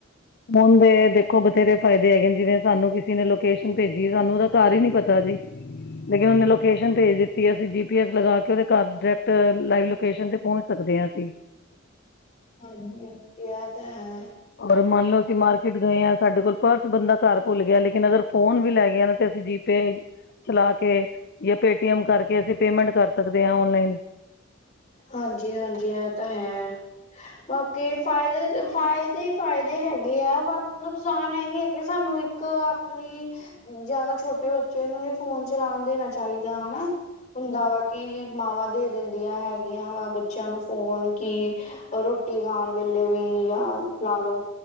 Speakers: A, on the left; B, on the left.
A: ਫੋਨ ਦੇ ਦੇਖੋ ਬਥੇਰੇ ਫਾਇਦੇ ਹੈਗੇ। ਜਿਵੇਂ ਸਾਨੂੰ ਕਿਸੇ ਨੇ ਲੋਕੇਸ਼ਨ ਭੇਜੀ। ਸਾਨੂੰ ਉਹਦਾ ਘਰ ਹੀ ਨੀ ਪਤਾ ਜੀ ਲੇਕਿਨ ਉਹਨੇ ਲੋਕੇਸ਼ਨ ਭੇਜ ਦਿੱਤੀ। ਅਸੀਂ ਜੀ ਪੀ ਐਸ ਲਗਾ ਕੇ ਉਹਦੇ ਘਰ ਡਾਇਰੈਕਟ ਲਾਈਵ ਲੋਕੇਸ਼ਨ ਤੇ ਪਹੁੰਚ ਸਕਦੇ ਹਾਂ ਅਸੀਂ
B: ਹਾਂਜੀ ਹੁਣ ਕਿਆ ਤਾਂ ਹੈ।
A: ਔਰ ਮੰਨ ਲਓ ਅਸੀਂ ਮਾਰਕੀਟ ਗਏ ਆ। ਸਾਡੇ ਕੋਲ ਪਰਸ ਬੰਦਾ ਘਰ ਭੁੱਲ ਗਿਆ। ਲੇਕਿਨ ਅਗਰ ਫੋਨ ਵੀ ਲੈ ਗਿਆ। ਨਾ ਤੇ ਅਸੀਂ ਜੀ ਪੇ ਚਲਾ ਕੇ ਜਾਂ ਪੇ ਟੀ ਐਮ ਕਰਕੇ ਅਸੀਂ ਪੇਮੈਂਟ ਕਰ ਸਕਦੇ ਹਾਂ। ਔਨਲਾਈਨ
B: ਹਾਂਜੀ-ਹਾਂਜੀ ਇਹ ਤਾਂ ਹੈ। ਬਾਕੀ ਫਾਇਦੇ-ਫਾਇਦੇ ਹੀ ਫਾਇਦੇ ਹੈਗੇ ਆ ਬਟ ਨੁਕਸਾਨ ਇਹੀ ਹੈ ਕਿ ਸਾਨੂੰ ਇੱਕ ਆਪਣੀ ਜਿਆਦਾ ਛੋਟੇ ਬੱਚੇ ਨੂੰ ਨੀ ਫੋਨ ਚਲਾਉਣ ਦੇਨਾ ਚਾਹੀਦਾ ਹਨਾ ਹੁੰਦਾ ਵਾ ਕਿ ਮਾਵਾਂ ਦੇ ਦਿੰਦੀਆਂ ਹੈ ਵਾ ਬੱਚਿਆਂ ਨੂੰ ਫੋਨ ਕਿ ਰੋਟੀ ਖਾਣ ਵੇਲੇ ਵੀ ਜਾਂ ਲਾ-ਲੋ।